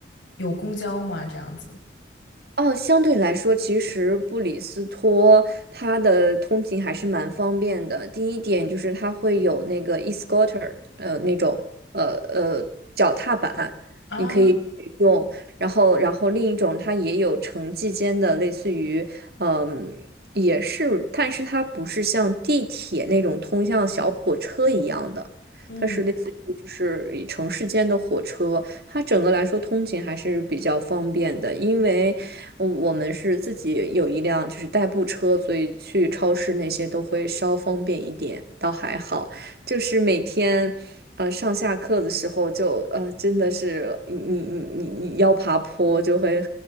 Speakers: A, on the left; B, on the right.
A: 有公交吗？这样子
B: 哦，相对来说，其实布里斯托它的通勤还是蛮方便的。第一点就是它会有那个 e-scooter，呃，那种呃呃脚踏板，
A: 啊，
B: 你可以用。然后，然后另一种它也有城际间的，类似于嗯，也是，但是它不是像地铁那种通向小火车一样的，
A: 嗯，
B: 它是类似于就是以城市间的火车。它整个来说通勤还是比较方便的，因为我我们是自己有一辆就是代步车，所以去超市那些都会稍方便一点，倒还好。就是每天，呃，上下课的时候就呃，真的是你你你你你要爬坡就会